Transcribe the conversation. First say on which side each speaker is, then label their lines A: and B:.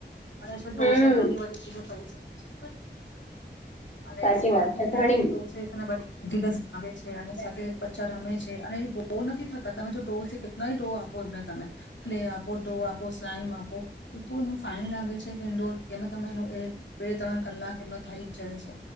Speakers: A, on the left; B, on the left.
A: અને ડોસે
B: હમ
A: ઘણી બધી ચીજો ખરી <unintelligible> અરે
B: સાચી
A: શું
B: વાત
A: થાય
B: ઘણી
A: છે કે દોસે એતના બધ ઠીક છે. આવે છે અને સાથે રમે છે અને ડો નથી થતા તમે જો ડો કેટલાય ડો આપો એમને તમે ક્લે આપો ડો આપો સ્લામ આપો એ તોું એ ફાઈન લાગે છે કે ઇન્ડોર કે તમે એ બે ત્રણ કલાક એમનો થઈ જ જાય છે.